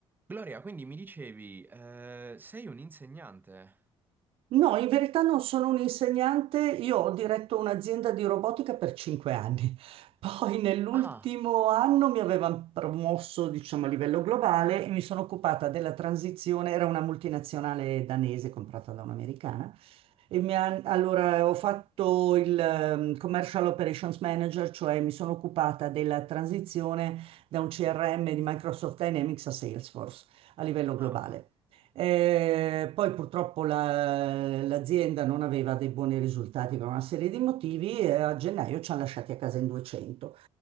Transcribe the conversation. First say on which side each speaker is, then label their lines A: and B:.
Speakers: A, on the right (about 20°); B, on the right (about 65°).
A: Gloria, quindi mi dicevi, eh, sei un insegnante?
B: No, in verità non sono un insegnante, io ho diretto un'azienda di robotica per cinque anni. <laughs> Poi nell'ultimo
A: Ah,
B: anno mi avevano promosso, diciamo, a livello globale e mi sono occupata della transizione, era una multinazionale danese comprata da un'americana. E mi han- allora ho fatto il ehm, Commercial Operations Manager, cioè mi sono occupata della transizione da un CRM di Microsoft Dynamics a Salesforce a livello
A: ah.
B: globale. Eh, poi purtroppo la- l'azienda non aveva dei buoni risultati per una serie di motivi e a gennaio ci hanno lasciati a casa in 200.